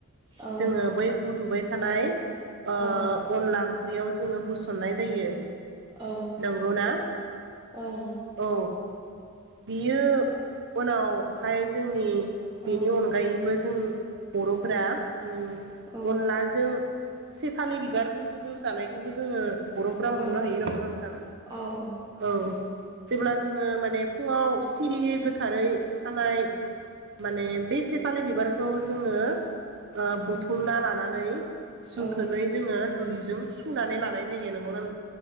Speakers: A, on the right; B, on the right.
A: औ
B: जोङो बै उदुबाय थानाय
A: औ
B: ओ अनला ख्रियाव जोङो होसननाय जायो
A: औ
B: नंगौना
A: औ नों।
B: औ बियो उनावहाय जोंनि बेनि
A: औ
B: अनगायैबो जों बर'फोरा उम
A: औ
B: अनलाजों सेफालि बिबारफोरखौबो जानायखौबो जोङो बर'फ्रा मोननो
A: औ
B: हायो नांगौना नोंथां?
A: औ
B: औ। जेब्ला जोङो माने फुङाव सिरियै गोथारै थानाय माने बे सेफालि बिबारखौ जोङो ओ बुथु थुमना लानानै जोथोनै
A: औ
B: जोङो दैुजों सुनानै लानाय जायो नोंगौ नों